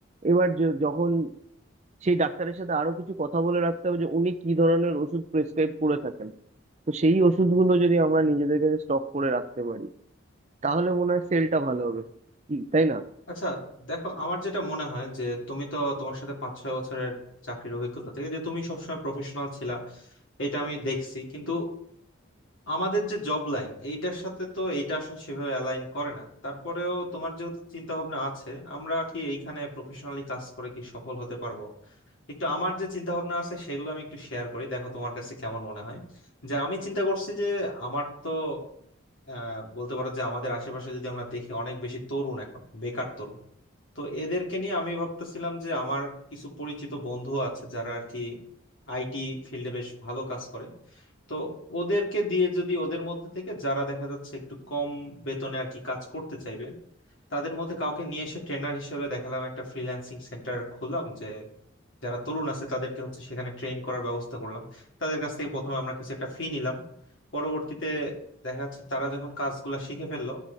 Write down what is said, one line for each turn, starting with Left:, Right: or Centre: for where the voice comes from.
Right: এবার য- যখন সেই ডাক্তারের সাথে আরো কিছু কথা বলে রাখতে হবে যে উনি কি ধরনের ওষুধ প্রেসক্রাইব করে থাকেন তো সেই ওষুধগুলো যদি আমরা নিজেদের কাছে স্টক করে রাখতে পারি তাহলে মনে হয় সেলটা ভালো হবে কি তাই না
Left: আচ্ছা দেখো আমার যেটা মনে হয় যে তুমি তো তোমার সাথে পাঁচ ছয় বছরের চাকরির অভিজ্ঞতা থেকে যে তুমি সবসময় প্রফেশনাল ছিলা এটা আমি দেখছি কিন্তু আমাদের যে জব লাইন এইটার সাথে তো এইটা আসলে সেভাবে অ্যালাইন করে না তারপরেও তোমার যেহেতু চিন্তা ভাবনা আছে আমরা কি এইখানে প্রফেশনালি কাজ করে কি সফল হতে পারবো একটু আমার যে চিন্তা ভাবনা আছে সেগুলো আমি একটু শেয়ার করি দেখো তোমার কাছে কেমন মনে হয় যে আমি চিন্তা করছি যে আমার তো আহ বলতে পারো যে আমাদের আশেপাশে যদি আমরা দেখি অনেক বেশি তরুণ এখন বেকার তরুণ তো এদেরকে নিয়ে আমি ভাবতেছিলাম যে আমার কিছু পরিচিত বন্ধু আছে যারা আর কি আইটি ফিল্ডে বেশ ভালো কাজ করে তো ওদেরকে দিয়ে যদি ওদের মধ্যে থেকে যারা দেখা যাচ্ছে একটু কম বেতনে আর কি কাজ করতে চাইবে তাদের মধ্যে কাউকে নিয়ে এসে ট্রেনার হিসেবে দেখালাম একটা ফ্রিল্যান্সিং সেন্টার খুললাম যে যারা তরুণ আছে তাদেরকে হচ্ছে সেখানে ট্রেন করার ব্যবস্থা করলাম তাদের কাছ থেকে প্রথমে আমরা কিছু একটা ফি নিলাম পরবর্তীতে দেখা যাচ্ছে তারা যখন কাজগুলা শিখে ফেললো